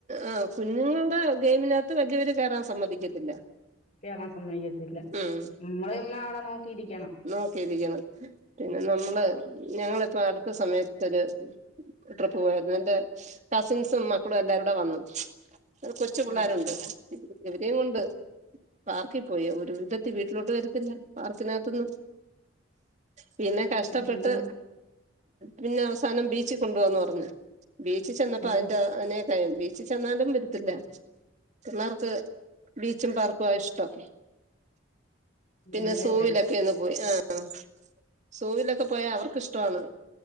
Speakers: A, on the right; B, on the left.
A: ആഹ് കുഞ്ഞുങ്ങളുടെ ഗെയിമിനകത്ത് വലിയവര് കയറാൻ സമ്മതിക്കത്തില്ല
B: കേറാൻ സമ്മക്കത്തില്ല,
A: ഉം
B: നമ്മള ചുമ്മാ അവിടെ നോക്കിയിരിക്കണം.
A: നോക്കിയിരിക്കണം പിന്നെ നമ്മള് ഞങ്ങളിപ്പോ അടുത്ത സമയത്തൊരു ട്രിപ്പ് പോയരുന്നു. എന്റെ കസിൻസും, മക്കളും എല്ലാരും കൂടെ വന്നു. ഒരു കൊച്ചു പിള്ളേരുണ്ട്
B: ആ
A: ഇവരേയും കൊണ്ട് പാർക്കിൽ പോയി ഒരു വിധത്തിൽ വീട്ടിലോട്ട് വരത്തില്ല, പാർക്കിനകത്തിന്ന്. പിന്നെ കഷ്ടപ്പെട്ട്
B: ഉം, ഉം,
A: പിന്നെ അവസാനം ബീച്ചിൽ കൊണ്ടു പൊക എന്ന് പറഞ്ഞു. ബീച്ചിൽ ചെന്നപ്പോ
B: അതെ
A: അതിന്റെ അതിനെക്കാൾ ബീച്ചിൽ ചെന്നാലും നിർത്തില്ല. പിളാർക്ക് ബീച്ചും പാർക്കുവാ ഇഷ്ടം.
B: <inaudible>
A: പിന്നെ
B: അതെ
A: സൂവിലൊക്കെ
B: അതെ
A: ഒന്ന് പോയി, ആ സൂവിലൊക്കെ പോയാൽ അവർക്ക് ഇഷ്ടമാണ്.